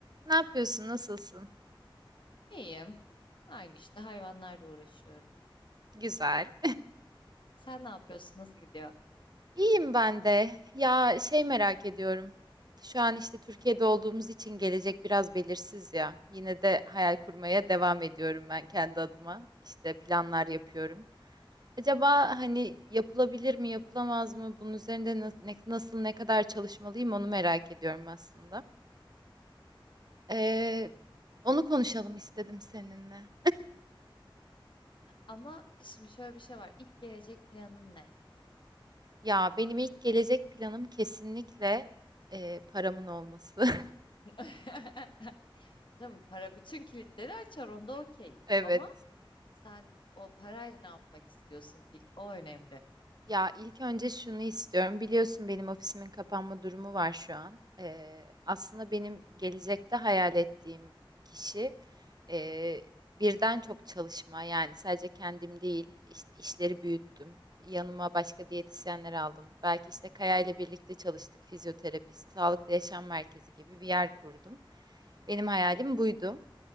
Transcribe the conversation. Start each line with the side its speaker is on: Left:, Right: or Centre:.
Right: Ne yapıyorsun? Nasılsın?
Left: İyiyim. Aynı işte hayvanlarla uğraşıyorum.
Right: Güzel.
Left: Sen ne yapıyorsun? Nasıl gidiyor?
Right: <laughs> İyiyim ben de. Ya şey merak ediyorum. Şu an işte Türkiye'de olduğumuz için gelecek biraz belirsiz ya. Yine de hayal kurmaya devam ediyorum ben kendi adıma. İşte planlar yapıyorum. Acaba hani yapılabilir mi, yapılamaz mı? Bunun üzerinde na- ne- nasıl, ne kadar çalışmalıyım onu merak ediyorum aslında. Ee, onu konuşalım istedim seninle.
Left: Ama şimdi şöyle bir şey var. İlk gelecek planın ne?
Right: Ya benim ilk gelecek planım kesinlikle e, paramın olması. <laughs>
Left: <laughs> Tamam, para bütün kilitleri açar onda okeyiz.
Right: Evet.
Left: Ama sen o parayla ne yapmak istiyorsun ilk? O önemli.
Right: Ya ilk önce şunu istiyorum. Biliyorsun benim ofisimin kapanma durumu var şu an. Ee, aslında benim gelecekte hayal ettiğim kişi e, birden çok çalışma. Yani sadece kendim değil, işte işleri büyüttüm. Yanıma başka diyetisyenler aldım. Belki işte Kaya ile birlikte çalıştık. Fizyoterapist, sağlıklı yaşam merkezi gibi bir yer kurdum. Benim hayalim buydu.